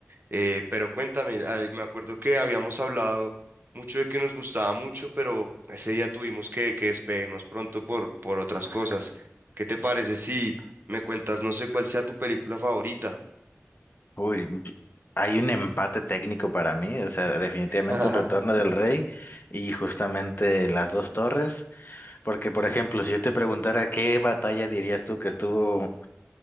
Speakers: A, on the right; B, on the left.
A: Eh, pero cuéntame, ah, me acuerdo que habíamos hablado mucho de que nos gustaba mucho, pero ese día tuvimos que, que despedirnos pronto por, por otras cosas. ¿Qué te parece si me cuentas, no sé cuál sea tu película favorita?
B: Uy, hay un empate técnico para mí, o sea, definitivamente
A: <laughs>
B: el retorno del rey y justamente las dos torres, porque por ejemplo, si yo te preguntara qué batalla dirías tú que estuvo,